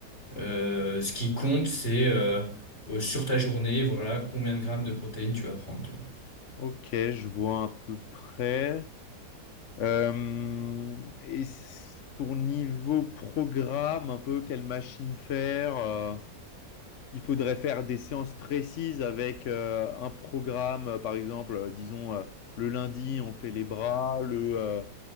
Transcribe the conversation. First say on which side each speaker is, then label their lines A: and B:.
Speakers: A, on the left; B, on the left.
A: Euh, ce qui compte, c'est euh, euh, sur ta journée, voilà, combien de grammes de protéines tu vas prendre. tu vois.
B: Ok, je vois à peu près. Euh, et s- pour niveau programme, un peu quelle machine faire, euh, il faudrait faire des séances précises avec euh, un programme, euh, par exemple, euh, disons euh, le lundi on fait les bras, le, euh,